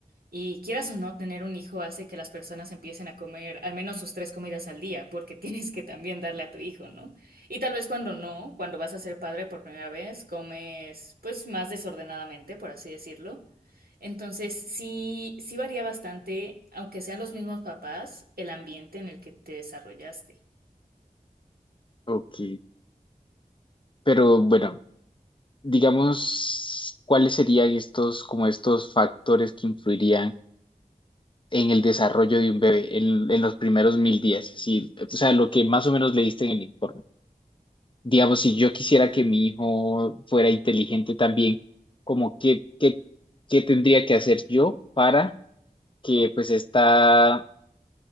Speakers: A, on the right; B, on the left.
A: y quieras o no, tener un hijo hace que las personas empiecen a comer al menos sus tres comidas al día, porque <laughs> tienes que también darle a tu hijo, ¿no? Y tal vez cuando no, cuando vas a ser padre por primera vez, comes pues más desordenadamente, por así decirlo. Entonces, sí, sí varía bastante, aunque sean los mismos papás, el ambiente en el que te desarrollaste.
B: Ok, pero bueno, digamos, ¿cuáles serían estos, como estos factores que influirían? en el desarrollo de un bebé en, en los primeros mil días, así, o sea, lo que más o menos leíste en el informe. Digamos, si yo quisiera que mi hijo fuera inteligente también, como qué, qué, qué tendría que hacer yo para que pues está,